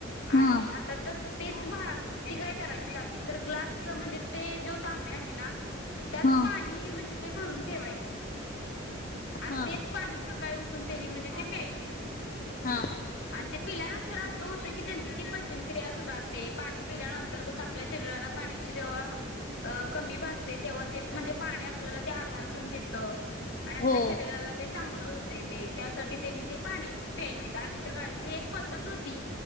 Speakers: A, on the left; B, on the left.
A: आणि
B: हा
A: आता... तर तेच भाग ती काय करायचीत आधी... तर ग्लास... म्हणजे ते... जो तांब्या आहे ना त्यात
B: हा
A: पाणी... म्हणजे ते भरून ठेवायची आणि
B: हा
A: तेच पाणी... सकाळी उठून त्यांनी... म्हणजे ते प्यायचीत
B: हा
A: आणि ते पिल्यानंतर असं होतं की त्यांच ती पचनक्रिया सुधारते पाणी पिल्यानंतर कस आपल्या शरीराला पाण्याची जेव अ कमी भासते तेव्हा ते म्हणजे पाणी आपल्याला ते आधार पण देत. आणि आपल्या
B: हो
A: शरीराला ते चांगलं होतय ते त्यासाठी त्यांनी ते पाणी प्यायची आधीच्या काळातली एक पद्धत होती.